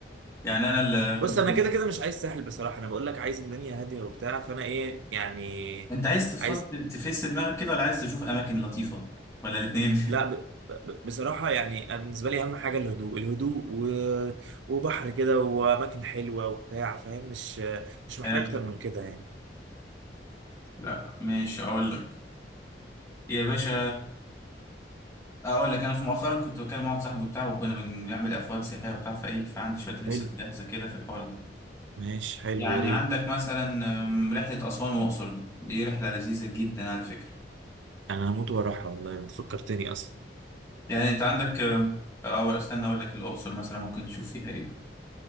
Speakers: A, on the left (about 15°); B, on the right (about 80°).
A: يعني انا اللي كنت
B: بص انا كده كده مش عايز ساحل بصراحه انا بقول لك عايز الدنيا هاديه وبتاع فانا ايه يعني
A: انت عايز تفصل
B: عايز
A: تفس دماغك كده ولا عايز تشوف اماكن لطيفه ولا الاثنين
B: لا ب... ب... بصراحه يعني أنا بالنسبه لي اهم حاجه الهدوء الهدوء و... وبحر كده واماكن حلوه وبتاع فاهم مش مش محتاج
A: <laughs> حلو
B: اكتر من كده يعني
A: لا ماشي اقول لك يا باشا اقول لك انا في مؤخرا كنت بكلم واحد صاحبي وبتاع وكنا بن- بنعمل افواج سياحيه وبتاع فايه فعندي شويه لسه
B: حلو
A: جاهزه كده في الحوار ده
B: ماشي حلو
A: يعني
B: يا ريت
A: عندك مثلا أم، رحله اسوان والاقصر دي دي رحله لذيذه جدا على فكره
B: انا هموت واروحها والله انت فكرتني اصلا
A: يعني انت عندك أم، او استنى اقول لك الاقصر مثلا ممكن تشوف فيها ايه